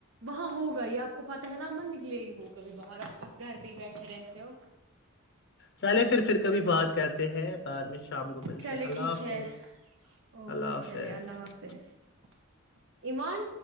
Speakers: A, on the right (about 60°); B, on the left (about 50°).
A: ہاں ہوگا ہی آپ کو پتا ہے نا مند نکلے ہی ہو کبھی باہر آپ بس گھر پہ ہی بیٹھے رہتے ہو
B: چلے پھر پھر کبھی بات کرتے ہیں بعد میں شام کو ملتے
A: چلے
B: اللہ
A: ٹھیک
B: حافظ
A: ہے اوکے
B: اللہ حافظ
A: چلے اللہ حافظ ایمان